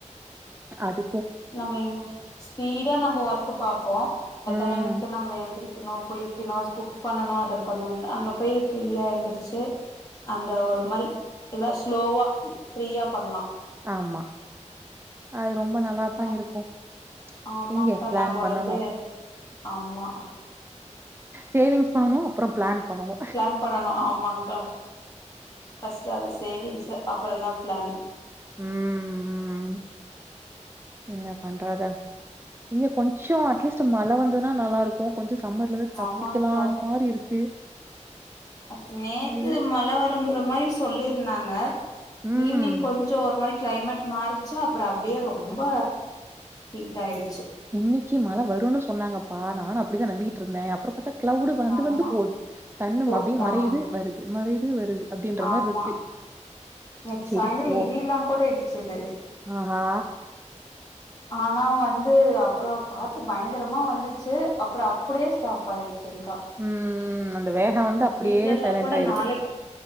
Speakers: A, on the right (about 20°); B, on the left (about 30°).
A: அது
B: நம்ம இங் ஸ்பீடா நம்ம ஒர்க் பாப்போ இந்த
A: ம்
B: டைமுக்கு நம்ம எந்திரிக்கணு குளிக்கணு ஸ்கூ பண்ணணு அதை பண்ணன் ட்டு அங்கே போய் ஃப்ரீயா எந்தருச்சு அந்த ஒரு மாரி எல்லா ஸ்லோவா ஃப்ரீயா பண்லா
A: ஆமா அது ரொம்ப நல்லாத்தா
B: நல்லா
A: இருக்கும்
B: ஆமாங்க்கா
A: இங்கே பிளேன்
B: நாம
A: பண்ணணு
B: வந்து ஆமா
A: சேவிங்ஸ் பண்ணனு அப்புற பிளான் பண்ணனு
B: பிளான் பண்ணனு ஆமாங்கா ஃபஸ்ட் அது சேவிங்ஸ் அப்புறதா பிளான்
A: உம் உம் என்ன பண்றது இங்க கொஞ்சோ அட்லீஸ்ட் மழ வந்தது நா நல்லாருக்கு கொஞ்சோ சம்மர்ல இருந்து தப்பிக்கலான்
B: ஆமாங்கா
A: மாரி இருக்கு
B: அ நேத்து
A: ம்
B: மழ வரங்கிற மாரி சொல்லிருக் சொன்னாங்க
A: ம்
B: ஈவினிங் கொஞ்சோ ஒரு மாரி கிளைமேட் மாறிச்சா அப்புற அப்டியே ரொம்ப ஹீட் ஆயிடுச்
A: இன்னிக்கி மழ வருனு சொன்னாங்கப்பா நானு அப்டிதா நம்பிட்ருந்தே அப்பற பாத்தா கிளவுடு வந்து
B: ஆமா
A: வந்து போது சன்னும்
B: போ
A: அப்படியே
B: ஆ
A: மறையுது வருது மறையுது வருது அப்பிடின்ற
B: ஆமா
A: மாரி இருக்கு
B: நேத்து
A: செரி
B: சாயந்தர
A: போ
B: இடியெல்லாக்கூட இடிச்சது
A: ஆஹா
B: ஆனா வந்து வந்து அப்றோ காத்து பயங்கரமா வந்துச்சு அப்பற அப்பிடியே ஸ்டாப் ஆயிடுச்சு செரிங்க்கா
A: ம் அந்த வேகோ வந்து அப்டியே
B: வீட்லலா
A: சைலண்ட்
B: கூட
A: ஆயிருது
B: நாளைக்